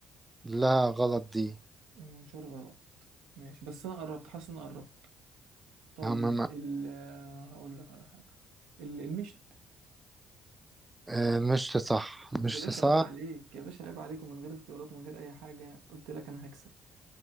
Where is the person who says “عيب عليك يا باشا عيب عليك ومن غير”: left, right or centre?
Right